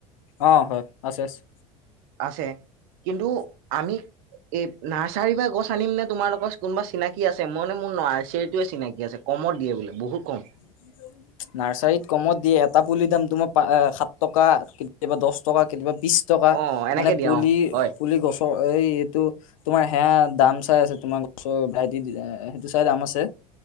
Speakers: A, on the left; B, on the right.
A: অহ, হয় আছে-আছে।
B: আছে কিন্তু আমি এই নাৰ্চ চাৰি বা গছ আনিম নে তোমালোকৰ কোনোবা চিনাক আ মইে মোৰ আ আৰ চিনাকি আছে কমত দিয়ে বহুত। কম।
A: <unintelligible> নাৰ্চাৰীত কমত দিয়ে এটা পুলিৰ দাম তোমাৰ সাত টকা কেতিয়াবা দহ টকা কেতিয়াবা। ত্ৰিছ টকা
B: অ এনেকে
A: মানে
B: দিয়া
A: পুলি
B: অ হয়
A: পুলি গছৰ- এই এইটো তোমাৰ সেয়া দাম চাই আছে তোমাৰ গছৰ ভেৰাইটি সেইটো চাই দাম আছে।